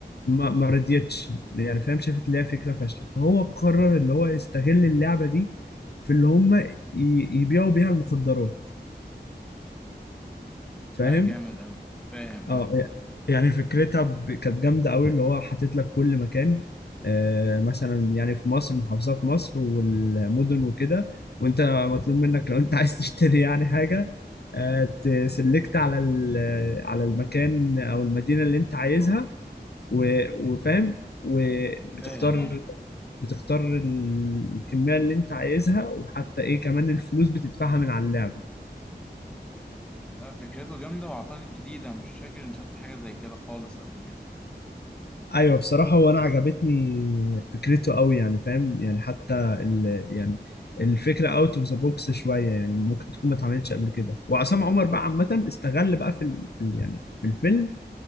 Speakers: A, on the left; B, in the centre.
A: ما ما رضيتش يعني فاهم شافت اللي هي فكره فاشله فهو قرر اللي هو يستغل اللعبه دي في اللي هم ي- يبيعوا بيها المخدرات فاهم
B: لا جامد أوي فاهم
A: اه
B: اه
A: يعني فكرتها ب- كانت جامده قوي اللي هو حاطط لك كل مكان آه، مثلا يعني في مصر محافظات مصر والمدن وكده وانت مطلوب منك لو انت <laughs> عايز تشتري يعني حاجه آه تسلكت على ال- على المكان او المدينه اللي انت عايزها و- وفاهم وبتختار
B: فاهم اه
A: بتختار الكمية اللي انت عايزها وحتى ايه كمان الفلوس بتدفعها من على اللعب
B: لا فكرته جامدة وأعتقد جديدة مش فاكر إني شفت حاجة زي كده خالص قبل كده
A: ايوه بصراحة وانا عجبتني فكرته قوي يعني فاهم يعني حتى ال يعني الفكرة اوت اوف ذا بوكس شوية يعني ممكن تكون ما اتعملتش قبل كده وعصام عمر بقى عامة استغل بقى في ال في ال- يعني في الفيلم